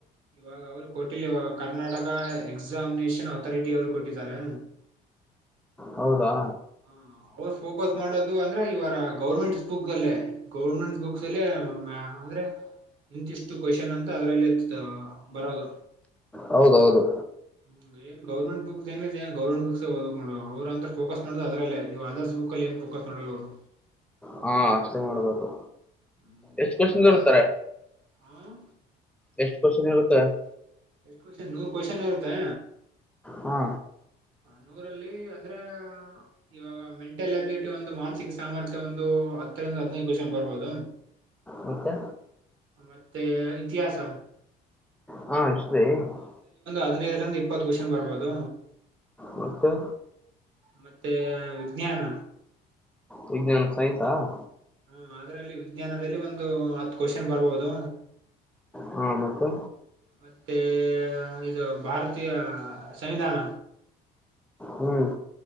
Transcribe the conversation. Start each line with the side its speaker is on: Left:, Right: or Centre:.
Right: ಇವಾಗ ಅವರು ಕೊಟ್ಟ. ಇಲ್ಲ ಇವಾಗ ಕರ್ನಾಟಕ ಎಕ್ಸಾಮಿನೇಷನ್ ಅಥಾರಿಟಿ ಅವ್ರು ಕೊಟ್ಟಿದ್ದಾರೆ.
Centre: ಹೌದಾ.
Right: ಹ ಅವರು ಫೋಕಸ್ ಮಾಡೋದು ಅಂದ್ರೆ ಇವರ ಗೌರ್ಮೆಂಟ್ಸ್ ಬುಕ್ ಅಲ್ಲೇ ಗವರ್ಮೆಂಟ್ ಬುಕ್ಸ್ ಅಲ್ಲೆ. ಅಂದ್ರೆ ಇಂತಿಷ್ಟು ಕೊಷನ್ ಅಂತ. ಅದ್ರಲ್ಲಿ ಇರ್ತದ. ಬರೋದು
Centre: ಹೌದೌದು
Right: ಹ್ಮ್ ಮೇನ್ ಗೌರ್ಮೆಂಟ್. ಗೌ ಬುಕ್ಸ್ ಏನಿದೆ ಗೌರ್ನಮೆಂಟ್ ಬುಕ್ಸ್ಯೇ ಓದಬೇಕು ನೋಡ್ ಅವ್ ಅವ್ರ ಅಂದ್ರ ಫೋಕಸ್ ಇಲ್ಲಾಂದ್ರೆ ಅದ್ರಲ್ಲೇ ಇವು ಅದರ್ಸ್ ಬುಕ್ಕಲ್ಲಿ ಏನ್ಫೋಕಸ್ ಮಾಡಲ್ಲ ಅವರು.
Centre: ಹಾ ಅಷ್ಟೇ ಮಾಡ್ಬೇಕು.
Right: ಹ್ಮ್
Centre: ಎಷ್ಟು
Right: ನೀವು
Centre: ಕೋಷನ್
Right: ಯಾವ್ದ
Centre: ನಿಡುತ್ತರೇ
Right: ಹ
Centre: ಎಷ್ಟ್ ಕೊಶ್ <unintelligible>
Right: ಎಷ್ಟ ಕೊಷನ್ ನೂರ್ ಕೊಷನ್ ಇರುತ್ತಾ.
Centre: ಹಾ
Right: ನೂರಲ್ಲಿ ಅಂದ್ರೆ ಇವಾಗ ಮೆಂಟಲ್ ಅಬಿಲಿಟಿ ಒಂದು ಮಾನಸಿಕ ಸಾಮರ್ಥ್ಯ ಒಂದು ಹತ್ತರಿಂದ ಹದ್ನೈದು ಕೊಷನ್ ಬರ್ಬೋದ.
Centre: ಮತ್ತೆ
Right: ಮತ್ತೆ ಇತಿಹಾಸ.
Centre: ಹಾ <unintelligible>
Right: ಐದಿನೈದ್ರಿಂದ ಇಪ್ಪತ್ತು ಕೊಶನ್ ಬರ್ಬೋದು.
Centre: ಮತ್ತೆ
Right: ಮತ್ತೆ ವಿಜ್ಞಾನ
Centre: ವಿಜ್ಞಾನ ಸೈಂನ್ಸ್ ಅಹ್.
Right: ಹ್ಮ ಅದ್ರಲ್ಲಿ ವಿಜ್ಞಾನದಲ್ಲಿ ಒಂದು ಹತ್ ಕೊಷನ್ ಬರ್ಬೋದು.
Centre: ಹಾ ಮತ್ತೆ
Right: ಮತ್ತೇ ಇದು ಭಾರತೀಯ ಸಂವಿಧಾನ.
Centre: ಹ್ಮ್